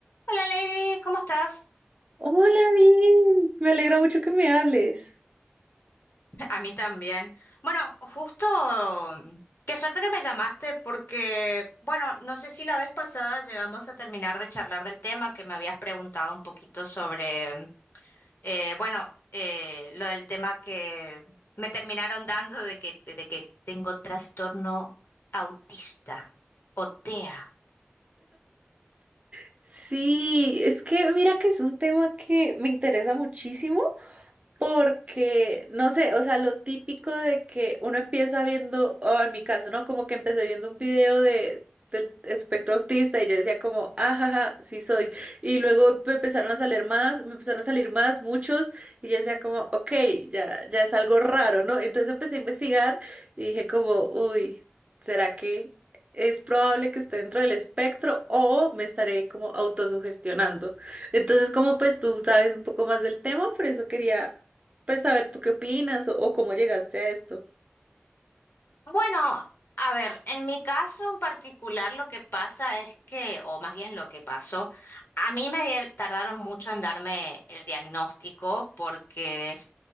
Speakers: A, on the left; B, on the right.
A: Hola Lady, ¿cómo estás?
B: Hola, bien. Me alegra mucho que me hables.
A: <laughs> A mí también. Bueno, justo, mm, qué suerte que me llamaste porque, bueno, no sé si la vez pasada llegamos a terminar de charlar del tema que me habías preguntado un poquito sobre, mm, eh, bueno, eh, lo del tema que me terminaron dando de que, de que tengo trastorno autista o TEA.
B: Sí, es que mira que es un tema que me interesa muchísimo Porque, no sé, o sea, lo típico de que uno empieza viendo, o en mi caso, ¿no? Como que empecé viendo un video de, del espectro autista y yo decía como, ajaja, sí soy. Y luego me empezaron a salir más, me empezaron a salir más, muchos, y yo decía como, ok, ya, ya es algo raro, ¿no? Entonces empecé a investigar y dije como, uy, ¿será que es probable que esté dentro del espectro o me estaré como autosugestionando? Entonces, como pues tú sabes un poco más del tema, por eso quería pues a ver, ¿tú qué opinas o, o cómo llegaste a esto?
A: Bueno, a ver, en mi caso en particular lo que pasa es que, o más bien lo que pasó, a mí me di- tardaron mucho en darme el diagnóstico porque